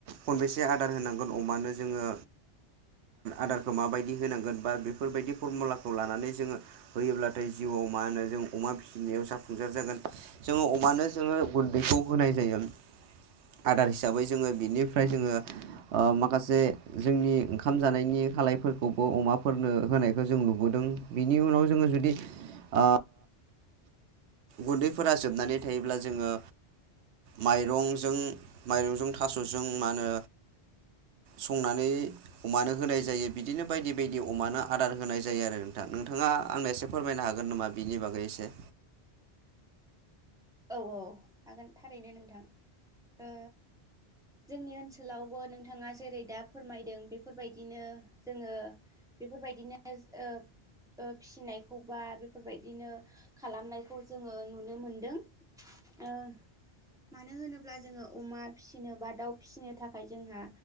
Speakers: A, on the right; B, in the centre.
A: खनबेसे आदार होनांगोन अमानो जोङो आदारखौ माबायदि होनांगोन बा बेफोरबायदि फरमुलाखौ लानानै जोङो होयोब्लाथाय जिउआव मा होनो जों अमा फिसिनायाव जाफुंसार जागोन जोङो अमानो जोङो गुन्दैखौ होनाय जायो। आदार हिसाबै जोङो बिनिफ्राय जोङो ओ माखासे जोंनि ओंखाम जानायनि खालायफोरखौबो अमाफोरनो होनायखौ जों नुबोदों बिनि उनाव जोङो जुदि ओ गुन्दैफोरा जोबनानै थायोब्ला जोङो माइरंजों माइरंजों थास'जों मा होनो संनानै अमानो होनाय जायो बिदिनो बायदि बायदि अमानो आदार होनाय जायो आरो नोंथां नोंथाङा आंनो एसे फोरमायनो हागोन नामा बिनि बागै एसे
B: औ औ हागोन थारैनो नोंथां ओ जोंनि ओनसोलावबो नोंथाङा जेरै दा फोरमायदों बेफोरबायदिनो जोङो बेफोरबायदिनो ओ ओ फिसिनायखौ बा बेफोरबायदिनो खालामनायखौ जोङो नुनो मोनदों। औ। मानो होनोब्ला जोङो अमा फिसिनो बा दाउ फिसिनो थाखाय जोंहा